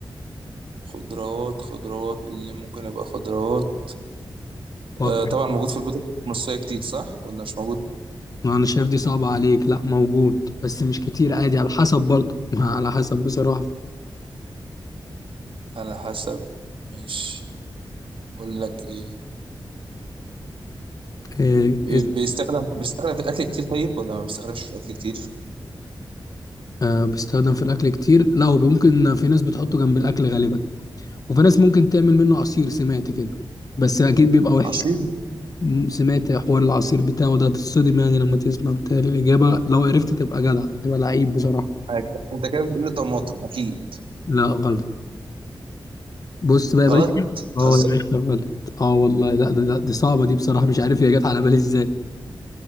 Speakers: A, on the right; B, on the left.
A: خضروات خضروات اللي ممكن يبقى خضروات
B: فكر
A: آه طبعا موجود في البيوت المصرية كتير صح ولا مش موجود
B: ما انا شايف دي صعبة عليك لا موجود بس مش كتير عادي على حسب برضه <laughs> ما على حسب بصراحة
A: على حسب مش بقول لك ايه
B: إيه
A: بيستخدم
B: إز-
A: بيستخدم في الاكل كتير طيب ولا ما بيستخدمش في الاكل كتير
B: آه بيستخدم في الاكل كتير لا هو ممكن في ناس بتحطه جنب الاكل غالبا وفي ناس ممكن تعمل منه عصير سمعت كده بس اكيد بيبقى وحش
A: عصير
B: م- سمعت حوار العصير بتاعه ده هتتصدم يعني لما تسمع بتهيألي الإجابة لو عرفت تبقى جدع تبقى لعيب بصراحة
A: حاجة. انت كده بتقول لي طماطم اكيد
B: لا غلط بص بقى يا
A: غلط
B: باشا
A: بتهزر
B: اه يا باشا غلط اه والله لا ده, ده, دي صعبة دي بصراحة مش عارف هي جت على بالي ازاي